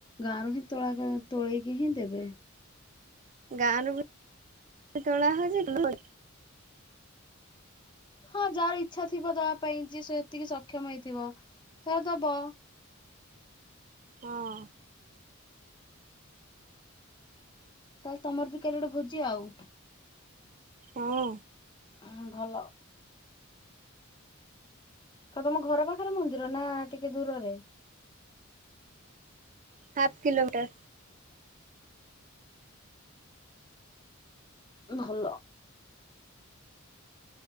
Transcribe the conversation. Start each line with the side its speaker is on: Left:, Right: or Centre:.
Left: ଗାଁରୁ ହିଁ ତୋଳା ତୋଳେଇକି ହିଁ ଦେବେ।
Right: ଗାଁ ରୁ ବି ତୋଳା ହଛି ଧୂପ
Left: ହଁ ଯାହାର ଇଚ୍ଛା ଥିବ ତା ପାଇଁ ଯିଏ ସେ ସେତିକି ସକ୍ଷମ ହେଇଥିବ ତାହେଲେ ଦବ।
Right: ହଁ।
Left: ତାହେଲେ ତମର ବି କାଲି ଗୋଟେ ଭୋଜି ଆଉଁ।
Right: ହଁ
Left: ହଁ ଭଲ। ଆଉ ତମ ଘର ପାଖରେ ମନ୍ଦିର ନାଁ ଟିକେ ଦୂରରେ।
Right: Half kilometre.
Left: ହ ହଁ ଭଲ।